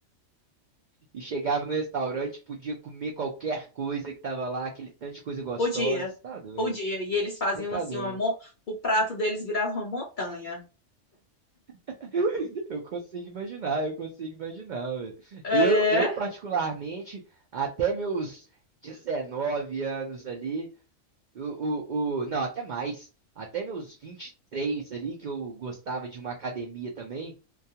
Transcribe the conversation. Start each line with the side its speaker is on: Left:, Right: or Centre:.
Right: E chegava no restaurante, podia comer qualquer coisa que tava lá, aquele tanto de coisa gostosa.
Left: Podia,
Right: Você tá doido?
Left: podia. E eles faziam
Right: Você tá
Left: assim,
Right: doido?
Left: uma, mon- o prato deles virava uma montanha.
Right: <laughs> Eu consigo imaginar, eu consigo imaginar, velho.
Left: É,
Right: Eu, eu particularmente, até meus 19 anos ali, o, o, o, não, até mais, até meus 23 ali, que eu gostava de uma academia também,